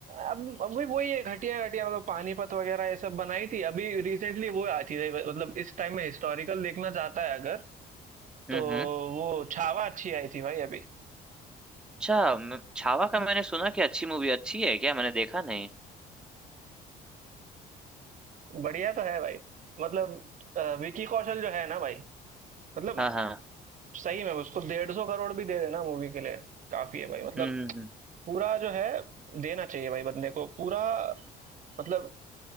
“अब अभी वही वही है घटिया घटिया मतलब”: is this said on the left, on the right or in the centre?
Right